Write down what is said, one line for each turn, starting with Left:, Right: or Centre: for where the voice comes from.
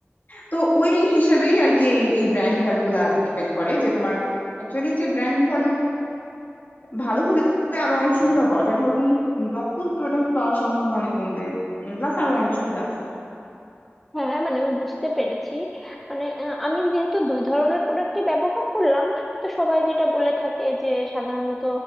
Left: তো ওই হিসেবেই আর কি এই এই ব্র্যান্ড ভ্যালু গুলা ডিপেন্ড করে যে তোমার অ্যাকচুয়ালি যে ব্র্যান্ড ভ্যালু ভালো হলে আরো অনেক সুবিধা পাওয়া যায় ধরো তুমি নকল প্রোডাক্ট পাওয়ার সম্ভাবনা অনেক কমবে প্লাস আরো অনেক সুবিধা আছে
Centre: হ্যাঁ মানে আমি বুঝতে পেরেছি মানে আহ, আমি যেহেতু দুই ধরনের প্রোডাক্টই ব্যবহার করলাম তো সবাই যেটা বলে থাকে যে সাধারণত